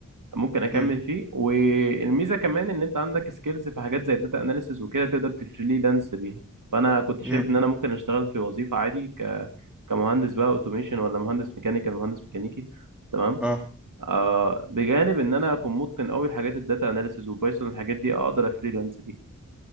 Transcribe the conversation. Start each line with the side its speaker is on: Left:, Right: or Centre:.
Right: ممكن اكمل
Centre: امم
Right: فيه والميزه كمان ان انت عندك سكيلز في حاجات زي داتا اناليسز وكده تقدر تفريلانس بيها فانا كنت شايف
Centre: امم
Right: ان انا ممكن اشتغل في وظيفه عادي ك كمهندس بقى اوتوميشن ولا مهندس ميكانيكال مهندس ميكانيكي تمام
Centre: اه
Right: آه بجانب ان انا اكون متقن قوي لحاجات الداتا اناليسز وبايثون الحاجات دي اقدر افريلانس بيها